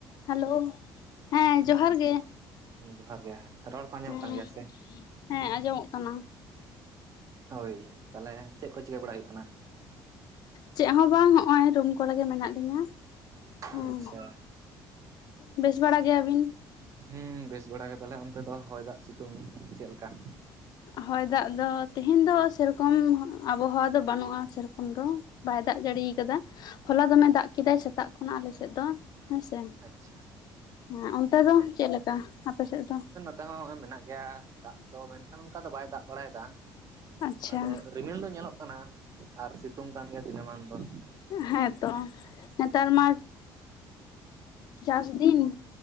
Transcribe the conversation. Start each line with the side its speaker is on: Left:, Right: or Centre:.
Left: Hello. ᱦᱮᱸ
Right: ᱦᱩᱸ,
Left: ᱡᱚᱦᱟᱨ ᱜᱮ
Right: ᱡᱚᱦᱟᱨ ᱜᱮ ᱨᱚᱲ ᱠᱚ ᱟᱸᱡᱚᱢᱚᱜ
Left: ᱦᱮᱸ
Right: ᱠᱟᱱ ᱜᱮᱭᱟ ᱥᱮ᱾
Left: ᱦᱮᱸ ᱟᱸᱡᱚᱢᱚᱜ ᱠᱟᱱᱟ᱾
Right: ᱦᱳᱭ, ᱛᱟᱦᱚᱞᱮ ᱪᱮᱜ ᱠᱚ ᱪᱤᱠᱟᱹ ᱵᱟᱲᱟ ᱦᱩᱭᱩᱜ ᱠᱟᱱᱟ?
Left: ᱪᱮᱜ ᱦᱚᱸ ᱵᱟᱝ ᱦᱚᱜᱼᱚᱭ ᱨᱩᱢ ᱠᱚᱨᱮ ᱜᱮ ᱢᱮᱱᱟᱜ ᱞᱤᱧᱟ,
Right: ᱟᱪᱪᱷᱟ
Left: ᱦᱮᱸ᱾ ᱵᱮᱥ ᱵᱟᱲᱟ ᱜᱮᱭᱟᱵᱤᱱ?
Right: ᱦᱩᱸ ᱵᱮᱥ ᱵᱟᱲᱟ ᱜᱮ ᱛᱟᱦᱚᱞᱮ ᱚᱱᱛᱮ ᱫᱚ ᱦᱚᱭ, ᱫᱟᱜ, ᱥᱤᱛᱩᱝ ᱪᱮᱞᱠᱟ?
Left: ᱦᱚᱭ ᱫᱟᱜ ᱫᱚ ᱛᱮᱦᱮᱹᱧ ᱫᱚ ᱥᱮᱨᱚᱠᱚᱢ ᱟᱵᱚᱦᱟᱣᱟ ᱫᱚ ᱵᱟᱹᱱᱩᱜᱼᱟ ᱥᱮᱨᱚᱠᱚᱢ ᱫᱚ᱾ ᱵᱟᱭ ᱫᱟᱜ ᱡᱟᱲᱤᱭ ᱠᱟᱫᱟ, ᱦᱚᱞᱟ ᱫᱚᱢᱮ ᱫᱟᱜ ᱠᱮᱫᱟᱭ ᱥᱮᱛᱟᱜ ᱠᱷᱚᱱᱟᱜ ᱟᱞᱮ ᱥᱮᱫ ᱫᱚ᱾ ᱦᱳᱭ ᱥᱮ
Right: ᱟᱪᱪᱷᱟ
Left: ᱦᱮ ᱚᱱᱛᱮ ᱫᱚ ᱪᱮᱜ ᱞᱮᱠᱟ ᱟᱯᱮ ᱥᱮᱜ ᱫᱚ?
Right: ᱛᱮ ᱦᱚᱸ ᱦᱚᱜᱼᱚᱭ ᱢᱮᱱᱟᱜ ᱜᱮᱭᱟ ᱫᱟᱜ ᱫᱚ ᱢᱮᱱᱠᱷᱟᱱ ᱚᱱᱠᱟ ᱫᱚ ᱵᱟᱭ ᱫᱟᱜ ᱵᱟᱲᱟᱭ ᱫᱟ᱾
Left: ᱟᱪᱪᱷᱟ
Right: ᱟᱫᱚ ᱨᱤᱢᱤᱞ ᱫᱚ ᱧᱮᱞᱚᱜ ᱠᱟᱱᱟ ᱟᱨ ᱥᱤᱛᱩᱝ ᱠᱟᱱ ᱜᱮᱭᱟ ᱫᱤᱱᱟᱹᱢᱟᱱ ᱫᱚ
Left: ᱦᱮᱸᱛᱚ ᱱᱮᱛᱟᱨ ᱢᱟ ᱪᱟᱥ ᱫᱤᱱ